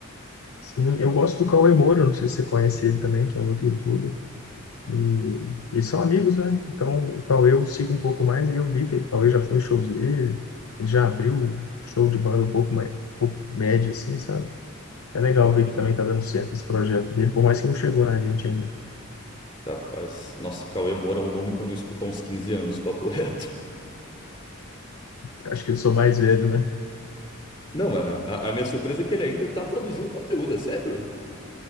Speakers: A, on the left (about 80°); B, on the left (about 30°).
A: Sim, eu gosto do Cauê Moura, não sei se você conhece ele também, que é um outro youtuber. E eles são amigos, né? Então o Cauê eu sigo um pouco mais e eu vi que o Cauê já foi em shows dele, ele já abriu show de banda um pouco mais, um pouco médio, assim, sabe? É legal
B: Rapaz.
A: ver que também tá dando certo esse projeto dele, por mais que não chegou na gente ainda.
B: Capaz. Nossa, Cauê Moura é um nome que eu não escuto há uns 15 anos, papo reto.
A: Acho que eu sou mais velho, né?
B: Não, mas a, a minha surpresa é que ele ainda tá produzindo conteúdo, é sério?